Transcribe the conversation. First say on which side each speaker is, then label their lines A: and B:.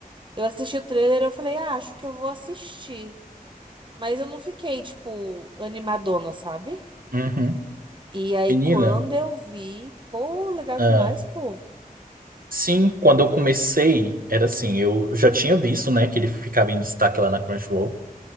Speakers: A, on the right (about 30°); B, on the right (about 70°).
A: eu assisti o trailer, eu falei, ah, acho que eu vou assistir. Mas eu não fiquei, tipo, animadona, sabe?
B: Uhum.
A: E aí,
B: Menina,
A: quando eu vi, pô, legal
B: ah,
A: demais, pô.
B: sim, quando eu comecei, era assim, eu já tinha visto, né, que ele ficava em destaque lá na Crunchyroll.